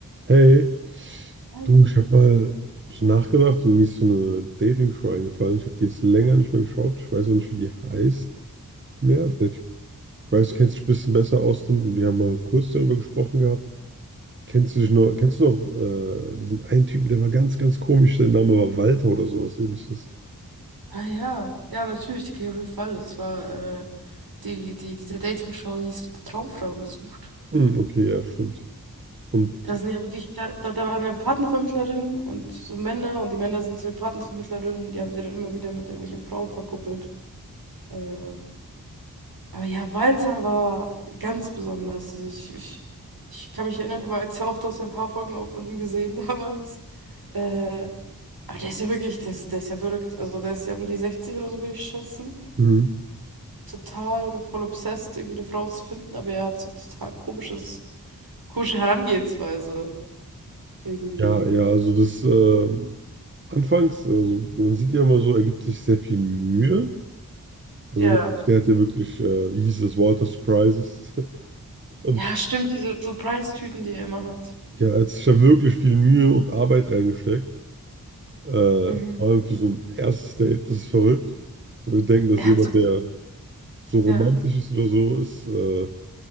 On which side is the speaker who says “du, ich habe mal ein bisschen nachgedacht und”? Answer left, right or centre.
Right